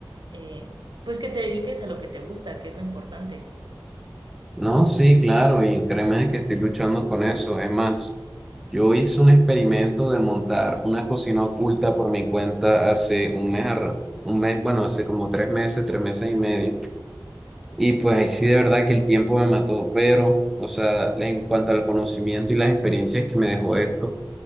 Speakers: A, on the right; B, in the centre.
A: eh, pues que te dediques a lo que te gusta, que es lo importante.
B: No, sí, claro, y créeme que estoy luchando con eso. Es más, yo hice un experimento de montar una cocina oculta por mi cuenta hace un mes, arra- un mes, bueno, hace como tres meses, tres meses y medio. Y pues ahí sí de verdad que el tiempo me mató, pero, o sea, en cuanto al conocimiento y las experiencias que me dejó esto, o